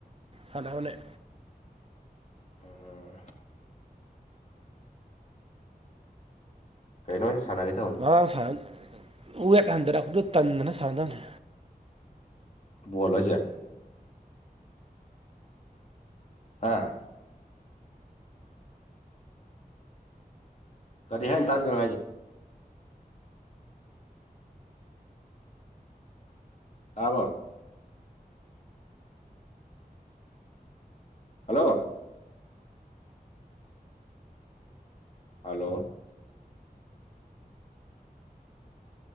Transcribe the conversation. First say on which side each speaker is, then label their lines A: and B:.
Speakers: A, on the right; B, on the left.
A: ꯁꯥꯅꯕꯅꯦ
B: ꯑ ꯀꯩꯅꯩꯅꯣꯅꯦ ꯁꯥꯟꯅ ꯊꯝ
A: ꯃꯥꯥꯡ ꯎꯋꯦꯛ ꯍꯟꯊꯔꯛꯄꯗꯨ ꯇꯟꯗꯅ ꯁꯥꯟꯅꯅꯗꯕꯅꯦ
B: ꯕꫭꯜꯂ ꯍꯥꯏꯁꯦ ꯑꯥ ꯀꯔꯤ ꯍꯥꯏ ꯇꯥꯗ‌ꯦ ꯅꯪ ꯍꯥꯏꯖꯦ ꯇꯥꯕꯣ ꯍꯜꯂꯣ ꯍꯜꯂꯣ